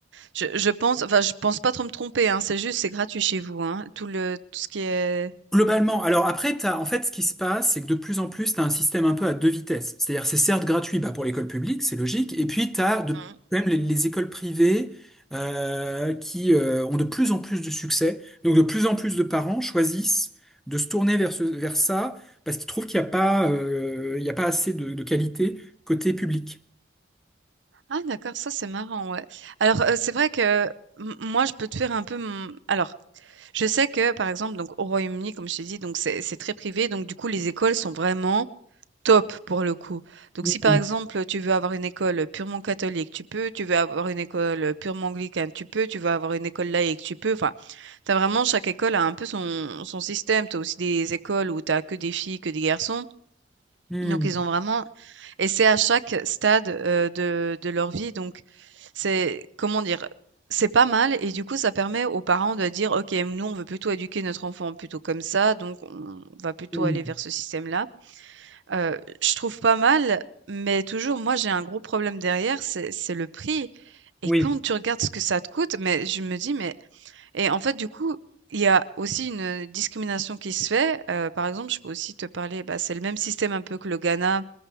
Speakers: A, on the right; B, in the centre.
A: je je pense enfin, je pense pas trop me tromper, hein, c'est juste, c'est gratuit chez vous, hein, tout le tout ce qui est
B: Globalement, alors après, t'as, en fait, ce qui se passe, c'est que de plus en plus, tu as un système un peu à deux vitesses. C'est-à-dire, c'est certes gratuit bah, pour l'école publique, c'est logique, et puis tu as de,
A: Mmh.
B: quand même les, les écoles privées euh, qui euh, ont de plus en plus de succès. Donc, de plus en plus de parents choisissent de se tourner vers, ce- vers ça parce qu'ils trouvent qu'il n'y a pas, euh, il y a pas assez de, de qualité côté public.
A: ah d'accord, ça c'est marrant, ouais. Alors, heu, c'est vrai que m moi, je peux te faire un peu mon alors, je sais que, par exemple, donc au Royaume-Uni, comme je t'ai dit, donc c'est c'est très privé, donc du coup, les écoles sont vraiment Top pour le coup. Donc
B: Mm,
A: si par exemple tu veux avoir une école purement catholique, tu peux, tu veux avoir une école purement anglicane, tu peux, tu veux avoir une école laïque, tu peux, enfin, t'as vraiment, chaque école a un peu son, son système, t'as aussi des écoles où t'as que des filles, que des garçons,
B: mm,
A: donc ils ont vraiment, et c'est à chaque stade euh, de, de leur vie, donc c'est, comment dire, c'est pas mal, et du coup ça permet aux parents de dire, ok, nous on veut plutôt éduquer notre enfant plutôt comme ça, donc on va plutôt
B: mm.
A: aller vers ce système-là. Heu, je trouve pas mal, mais toujours moi j'ai un gros problème derrière, c'est c'est le prix et
B: Oui,
A: quand tu regardes ce que ça te coûte, mais je me dis: «Mais» et en fait du coup, il y a aussi une, discrimination qui se fait, heu, par exemple, je peux aussi te parler, bah, c'est le même système un peu que le Ghana